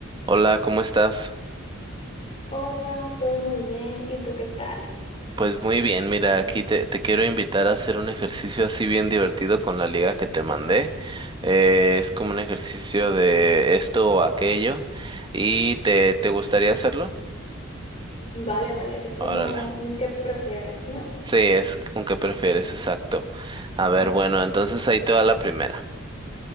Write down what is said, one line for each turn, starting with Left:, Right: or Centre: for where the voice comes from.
Right: Hola, ¿cómo estás?
Left: Hola, todo muy bien. ¿Y tú qué tal?
Right: Pues muy bien, mira, aquí te, te quiero invitar a hacer un ejercicio así bien divertido con la liga que te mandé. Eh, es como un ejercicio de esto o aquello. ¿Y te, te gustaría hacerlo?
Left: Vale, vale. Es como
Right: Órale.
Left: un qué prefieres, ¿no?
Right: Sí, es con qué prefieres, exacto. A ver,
Left: Ok,
Right: bueno,
Left: ok.
Right: entonces ahí te va la primera.